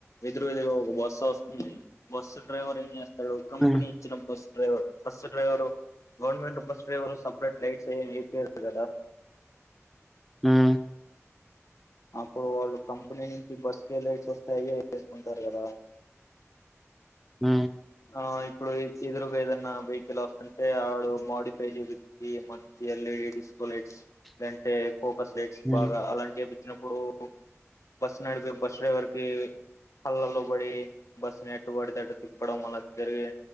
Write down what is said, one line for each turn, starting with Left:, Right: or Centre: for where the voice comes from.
Left: ఎదురు ఎదురుగా ఒక బాస్ స్సు వస్తుంది బస్సు డ్రైవర్ ఏం జెస్తాడు కంపెనీ
Centre: హ్మ్.
Left: ఇచ్చిన bus driver bus driver government bus driver separate లైట్సేమి ఏపియ్యరు గదా
Centre: <inaudible> అ
Left: అప్పుడు వాళ్ళు కంపెనీ నుంచి బస్ కే లైట్స్ వొస్తే అయ్యే ఏసుకుంటారు గదా
Centre: ఊ
Left: ఆ ఇప్పుడు ఇచ్చి ఎదురుగా ఏదైనా వెఇకిల్ వస్తుంటే వాడు మోడిఫై జేపించి మంచి ఎల్ఈడి ఏ డిస్కో లైట్స్ లేదంటే ఫోకస్ లైట్స్
Centre: హ్మ్.
Left: బాగా అలాంటివి ఏపిచ్చినప్పుడు బస్ నడిపే బస్ డ్రైవర్కి కళ్ళల్లో పడి బస్సుని ఎట్టబడితే అట్ట తిప్పడం అలా జరిగి